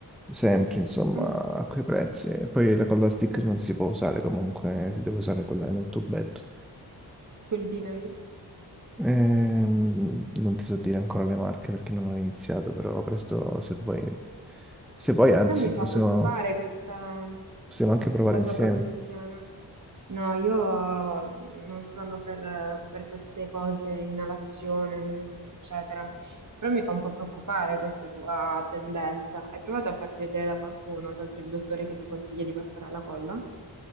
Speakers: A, in the centre; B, on the right.
A: sempre, insomma,
B: Mm.
A: a quei prezzi. E poi la colla stick non si può usare comunque, si deve usare quella nel tubetto.
B: tipo il Vinavil.
A: Ehm, non ti so dire ancora le marche perché non ho iniziato, però presto se vuoi, se vuoi, anzi,
B: Però mi fa
A: possiamo,
B: preoccupare questa,
A: possiamo anche provare
B: questa
A: insieme.
B: tua propensione. No, io non sono per, per queste cose, inalazione, eccetera. Però mi fa un po' preoccupare questa tua tendenza. Hai provato a farti vedere da qualcuno, tolto il dottore che ti consiglia di passare alla colla?